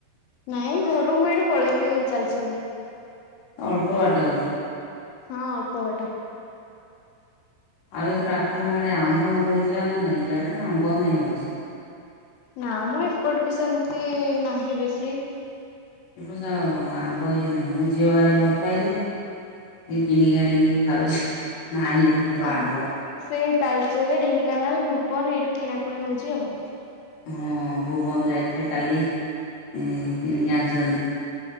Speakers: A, on the left (about 85°); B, on the left (about 45°).
A: ନାଇଁ ଘରୁ ମୁଁ ଏଇଠି ପଳେଇବି ଚାଲି ଚାଲି।
B: ଅଳ୍ପ ବାଟ
A: ହଁ ଅଳ୍ପ ବାଟ
B: ଆଉ ଏଥର ଆପଣ ଆଡେ ଆମ୍ବ ଆମ୍ବ ହେଇଥିଲା ନା ନାଇଁ ଇଆଡେ ତ ଆମ୍ବ ନାହିଁ ଏ ବର୍ଷ।
A: ନା ମ ଏପଟେ ବି ସେମତି ନାହିଁ ବେଶୀ।
B: ଏ ବର୍ଷ ଆମ୍ବ ଇଏ ନାହିଁ ମୁଁ ଝିଅ ଭାରି ଭଲ ପାଏ ଯେ କିଣିକି ଆଣିକି ଖାଉଛି ନାହିଁ
A: ଆ
B: ଆମ୍ବ
A: ସେଇ ତାଲଚେର, ଢେଙ୍କାନାଳ, ଭୁବନ ଏଇଠୁ କିଣାକୁଣି ହଉଛି ଆଉ।
B: ହଁ ଭୁବନ ଯାଇଥିଲେ କାଲି କିଣିକି ଆଣିଛନ୍ତି।